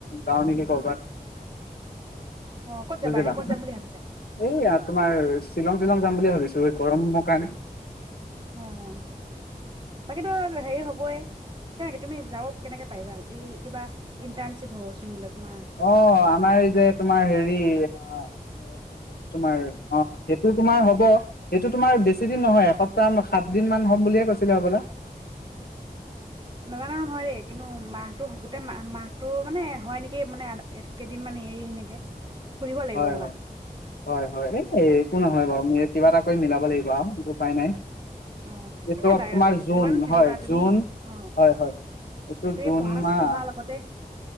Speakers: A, on the left (about 75°); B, on the right (about 30°).
A: যাওঁ নেকি কৰ'বাত?
B: অ ক'ত যাবা
A: বুজিলা,
B: এনে ক'ত যাম বুলি ভাবিছা
A: এইয়া তোমাৰ শ্বিলং শ্বিলং যাম বুলি ভাবিছো এই গৰমৰ কাৰণে।
B: আহ। বাকীতো হেৰি হ'বই নে তুমি যাৱ কেনেকে পাইবা? এই কিবা ইণ্টাৰ্শ্বিপ হ'বচোন বোলে। তোমাৰ
A: অ আমাৰ এই যে তোমাৰ হেৰি অ হেৰি তোমাৰ অ সেইটো তোমাৰ হব। সেইটো তোমাৰ বেছি দিন নহয় এসপ্তাহ সাত দিন মান হম বুলিয়ে কৈছিলে হবলা।
B: নাজানো নহয় দেই, কিন্তু মাহটো গোটেই মাহ মাহটো মানে হয় নেকি মানে কেইদিনমানান এৰি সেনেকে। সুধিব লাগিব
A: হয়
B: ৰ'বা
A: হয় হয় হয় এই। একো নহয় বাৰু কিবা এটা কৰি মিলাব লাগিব আও উপায় নাই।
B: অ
A: এইটো
B: এনেই যায়
A: তোমাৰ জুন
B: কিমানো থাকিবা।
A: হয়
B: তুমি
A: জুন
B: অ
A: হয় হয় এইটো
B: তুমি
A: জুন
B: পঢ়া
A: মাহ
B: চহা লগতে